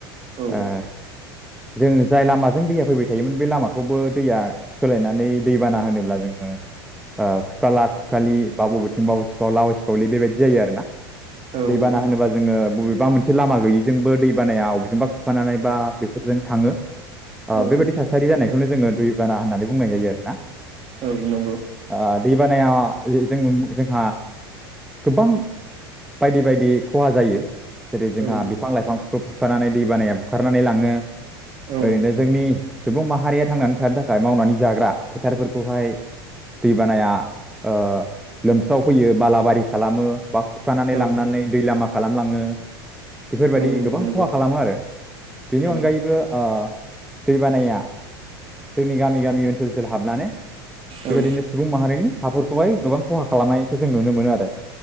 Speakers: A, on the right; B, in the centre.
A: औ
B: ओ जोंङो जाय लामाजों दैया फैबाय थायोमोन बे लामाखौबो दैया सोलायनानै दैबाना होनोब्ला जोङो ओ खुखाला खुखालि बा बबेथिं बा बे सिफावला बा सिफावलि बेबायदि जायो आरोना
A: औ
B: दैबाना होनोबा जोङो बबेबा मोनसे लामा गैयिजोंबो दैबानाया बबेजोंबा खुरखानानै बा बेफोरजों थाङो ओ
A: औ
B: बेबायदि थासारि जानायखौनो जोङो दै बाना होननानै बुं बुंनाय जायो आरो ना
A: औ नंगौ
B: आ दैबानाया जों जोंहा गोबां बायदि बायदि खहा जायो जेरै जोंहा
A: औ
B: बिफां लाइफांफोरखौ बुखारनानै दै बानाया बुखारनानै लाङो
A: औ
B: ओरैनो जोंनि सुबुं माहारिया थांनानै थानो थाखाय मावनानै जाग्रा फोथारफोरखौहाय दैबानाया ओ लोमस्राव फैयो बालाबारि खालामो बा थुखानानै
A: औ
B: लांनानै दै लामाखौ खालामलाङो बेफोरबायदि
A: औ
B: गोबां
A: नंगौ
B: खहा खालामो आरो बेनि
A: औ
B: अनगायैबो ओ दैबानाया जोंनि गामि गामि ओनसोलाव सोर सोल हाबनानै बेबायदिनो
A: औ
B: सुबुं माहारिनि हाफोरखौहाय गोबां खहा खालामनायखौ जों नुनो मोनो आरो